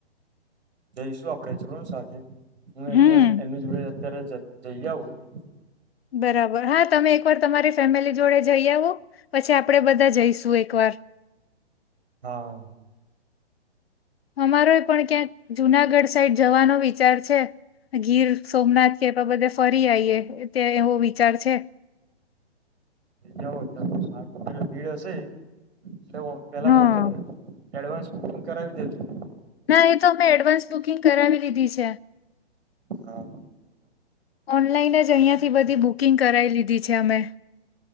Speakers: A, on the right; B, on the left.
A: જઈશું આપડે ચલો ને સાથે હું
B: હમ
A: અહિયાં એમની જોડે અત્યારે જઈ આવું
B: બરાબર હા તમે એકવાર તમારી ફેમિલી જોડે જઈ આવો પછી આપડે બધા જઈશું એકવાર
A: હા
B: અમારો પણ ક્યાંક જુનાગઢ સાઈડ જવાનો વિચાર છે ગીર સોમનાથ કે બધે ફરી આવીઈએ ત્યા એવો વિચાર છે
A: ના <unintelligible> ભીડ હશે એટ પેલા
B: હા
A: બુકીંગ એડવાન્સ બુકિંગ કરાવી દેજો
B: ના એ તો મે એડવાન્સ બુકિંગ કરાવી લીધી છે
A: હા
B: ઓનલાઈન જ અહીિયાયાથી બધી બુકિંગ કરાવી લીધી છે અમે